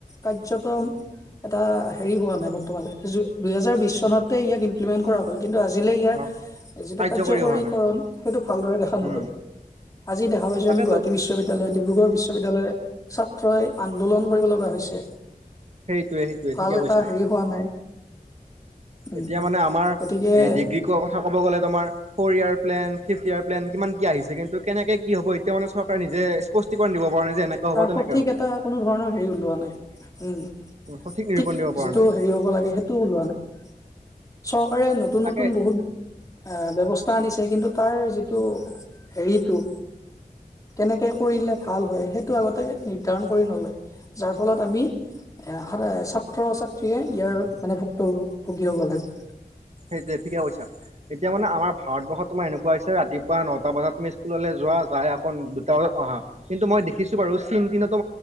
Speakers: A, on the left (about 20°); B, on the right (about 45°).
A: কাৰ্যতম এটা হেৰি হোৱা নাই বৰ্তমান দুহেজাৰ বিশ চনতে ইয়াক ইমপ্লিমেন্ট কৰা হ'ল। কিন্তু আজিলে ইয়াৰ
B: অ
A: যিটো
B: কাৰ্যকৰী
A: কাৰ্যকৰীকৰণ
B: হোৱা নাই
A: সেইটো ভালদৰে দেখা নগ'ল।
B: উম
A: আজি দেখা পাইছো
B: তাকেতো
A: আম গুৱাহাটী বিশ্ববিদ্যালয়। ডিব্ৰুগড় বিশ্ববিদ্যালয়ৰ ছাত্ৰই আন্দোলন কৰিব লগা হৈছে।
B: সেইটোৱে সেইটোৱে
A: ভাল
B: ঠিকে কৈছা
A: এটা হেৰি হোৱা নাই। উম
B: এতিয়া মানে আমাৰ
A: গতিকে
B: এই ডিগ্ৰী কোৱা কথা ক'ব গ'লে কৰী য়াৰ প্লেন ইয়াৰ প্লেন কিমান কি আহিছে কিন্তু কেনেকে কি হ'ব এতিয়া মানে চৰকাৰে নিজেষ্ট দিব পৰা নাই যে এনেকে হ'ব
A: তাৰ
B: তেনেকে
A: সঠিক
B: হ'ব
A: এটা কোনো ধৰণৰ হেৰি ওলোৱা নাই উম
B: সঠিক নিৰূপণ
A: ঠিক
B: দিব পৰা
A: যিটো
B: নাই
A: হেৰি হ'ব লাগে সেইটো ওলোৱা নাই? চৰকাৰে নতুন
B: তাকে
A: নতুন বহুত ব্যৱস্থা আনিছে কিন্তু তাৰ যিটো হেৰিটো কেনেকে কৰিলে ভাল হয় সেইটো আগতে নিৰ্ধাৰণ কৰি নলয় যাৰ ফলত আমি এ ছাত্ৰ ছাত্ৰীয়ে ইয়াৰ মানে ভক্ত ভুগী হব লাগে।
B: সেইটোয়ে ঠিকে কৈছা এতিয়া মানে আমাৰ ভাৰতৰত তোমাৰ এনেকুৱা হৈছে ৰাতিপুৱা নটা বজাত তুমি স্কুললৈ যোৱা যাই অকণ দুটা অহা কিন্তু মই দেখিছো বাৰু চীন তিনটো